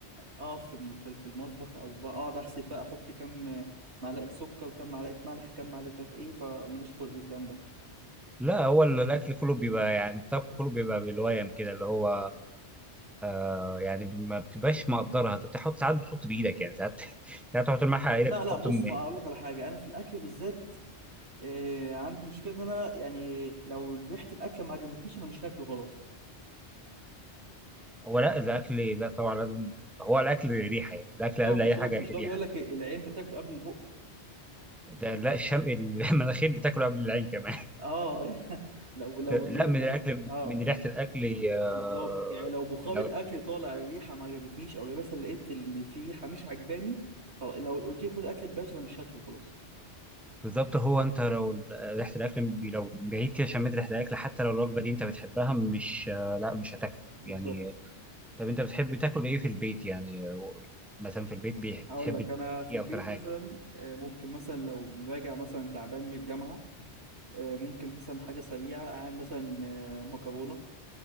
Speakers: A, on the right; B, in the centre.
A: اقف في الم- في في المطبخ او بقى اقعد احسب بقى احط كام معلقه سكر وكام معلقه ملح كام معلقه مش عارف ايه فماليش خلق للكلام ده
B: لا هو الاكل كله بيبقى يعني الطبخ كله بيبقى بالويم كده اللي هو آه يعني ما بتبقاش مقدرها انت بتحط ساعات بتحط بايدك يعني ساعات <laughs> ساعات تحط الملح على ايدك
A: لا
B: وتحط
A: لا بص
B: م-
A: ما
B: يعني
A: اقول لك على حاجه انا في الاكل بالذات آه، عندي مشكله ان انا يعني لو ريحه الاكل ما عجبتنيش انا مش هاكله خلاص
B: هو لا الاكل لا طبعا لازم هو الاكل ريحه يعني الاكل
A: مش هو
B: قبل
A: مش
B: اي حاجه
A: هو مش هو
B: ريحه
A: بيقول لك العين بتاكل قبل البق
B: ده لا الشم ال- <laughs> المناخير بتاكله قبل العين كمان <laughs>
A: اه <laughs> يعني لو لو
B: ده لا
A: دو
B: من
A: لو
B: الاكل
A: اه
B: من ريحه الاكل آه
A: بالظبط يعني لو بخار
B: لو
A: الاكل طالع الريحه ما عجبتنيش او مثلا لقيت ان في ريحه مش عجباني خلاص لو قلت لي خد اكل ببلاش انا مش هاكله خلاص
B: بالظبط هو انت لو ال- ريحه الاكل لو من بعيد كده شميت ريحه الاكل حتى لو الوجبه دي انت بتحبها مش آه لا مش هتاكله
A: بالظبط
B: يعني طب انت بتحب تاكل ايه في البيت يعني آه، مثلا في البيت بيح- بتحب
A: هقول لك انا في
B: ايه
A: البيت
B: اكتر حاجه
A: مثلا آه، ممكن مثلا لو راجع مثلا تعبان من الجامعه آه، ممكن مثلا حاجه سريعه اعمل مثلا آه، مكرونه